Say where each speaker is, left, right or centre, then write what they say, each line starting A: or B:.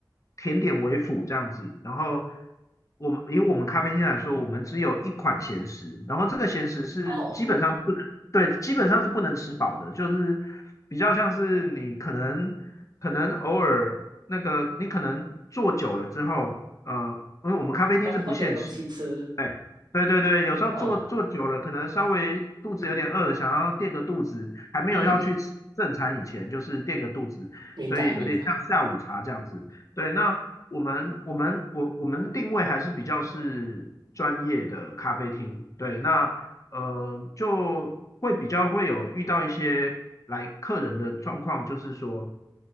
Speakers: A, on the left; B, on the right.
A: 甜点为辅这样子。然后我们以我们咖啡厅来说，我们只有一款咸食，然后这个咸食是基本上不能，
B: 哦，
A: 对，基本上是不能吃饱的，就是比较像是你可能。可能偶尔那个你可能坐久了之后，呃，因为我们咖啡厅是不限时，
B: 要找点东西吃。
A: 对对对对，有时候坐坐久了，
B: 嗯
A: 可能稍微肚子有点饿了，想要垫个肚子，还没有要去吃正餐以前，
B: 嗯，
A: 就是垫个肚子，
B: 明白明白。
A: 所以有点像下午茶这样子。对，那我们我们我我们的定位还是比较是专业的咖啡厅，对，那呃就会比较会有遇到一些来客人的状况，就是说。